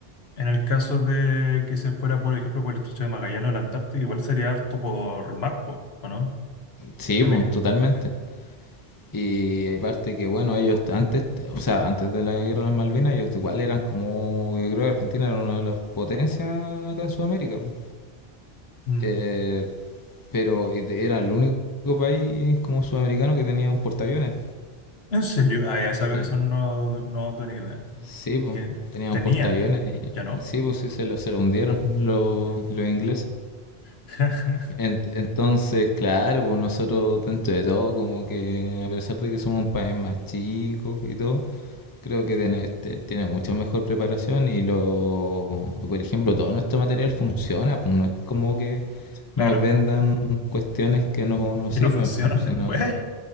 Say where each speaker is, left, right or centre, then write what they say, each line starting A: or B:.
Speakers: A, on the left; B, on the left.
A: en el caso de que se fuera, por ejemplo, por el estrecho de Magallanes o la Antártica, igual sería harto por mar, po, ¿o no?
B: sí,
A: ¿Qué
B: po,
A: opináis?
B: totalmente. Y aparte que bueno, ellos antes, o sea, antes de la guerra de las Malvinas, ellos igual eran como, yo creo que Argentina era una de las potencias acá en Sudamérica, po.
A: Mm.
B: Eh, pero y de- era el único país como sudamericano que tenía un portaaviones.
A: ¿En serio? Ah, ya, esa-
B: Este,
A: eso no, no tenía idea.
B: Sí, pues,
A: Tien-
B: tenían
A: tenían,
B: portaaviones. y-
A: ya no.
B: Sí, pues sí, se lo, se lo hundieron los, los ingleses.
A: <laughs>
B: En- entonces, claro, pues nosotros dentro de todo, como que a pesar de que somos un país más chico y todo, creo que tiene, este, tiene mucho mejor preparación y lo, por ejemplo, todo nuestro material funciona, pues no es como que
A: Claro,
B: nos vendan cuestiones que no nos
A: que
B: sirven,
A: no funcionan
B: pues, sino,
A: después.